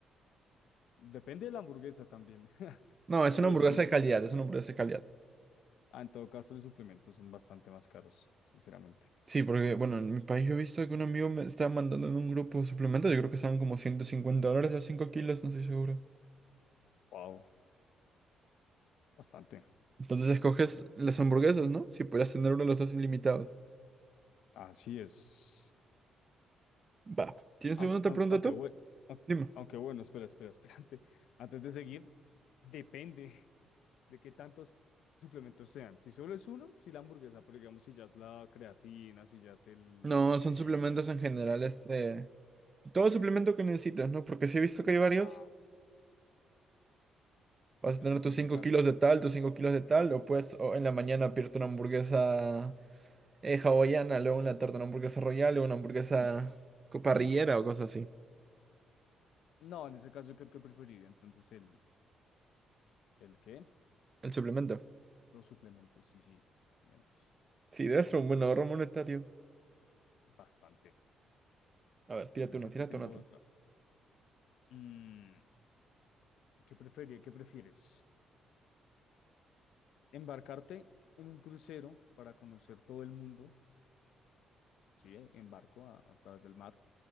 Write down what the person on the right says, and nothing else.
No, es
una
hamburguesa
de calidad, es una hamburguesa de calidad.
Sí, porque, bueno, en mi país yo he visto que un amigo me estaba mandando en un grupo suplemento, yo creo que estaban como 150 dólares los cinco kilos, no estoy seguro.
Entonces escoges las hamburguesas, ¿no? Si podías tener uno de los dos ilimitados.
Va. ¿Tienes
alguna otra
pregunta
tú?
Dime.
No,
son suplementos en general, este... Todo suplemento que necesitas, ¿no? Porque si he visto que hay varios,
vas
a tener tus
5
kilos de tal, tus 5 kilos de tal, o puedes o en la mañana pedirte una hamburguesa eh, hawaiana, luego en la tarde una hamburguesa royal, luego una hamburguesa co- parrillera o cosas así.
El suplemento.
Sí, debe ser un buen ahorro monetario.
A ver, tírate
una, tírate
una tú.